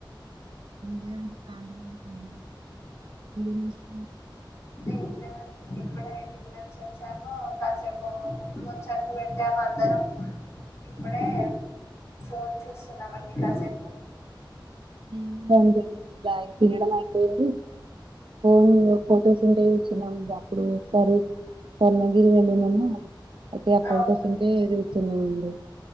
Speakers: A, on the right; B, on the left.
A: ఎం లేదండి కాలిగా నే ఇంట్లో కూర్చున్నాను మీరు ఎం చేస్తూన్నారు
B: ఏం లేదండి ఇప్పుడే డిన్నర్ చేసాము, కాసేపు ముచ్చట్లు పెట్టాము అందరం, ఇప్పుడే ఫోన్ చూస్తున్నామండి కాసేపు
A: <unintelligible> తినడమే మ్ <unintelligible> ఫొటోస్ ఉంటే <unintelligible> సరి స్వర్ణగిరి వెళ్ళున్నామా ఒకే అ ఫొటోస్
B: అవును
A: ఉంటే <unintelligible> స్తులా ఉంది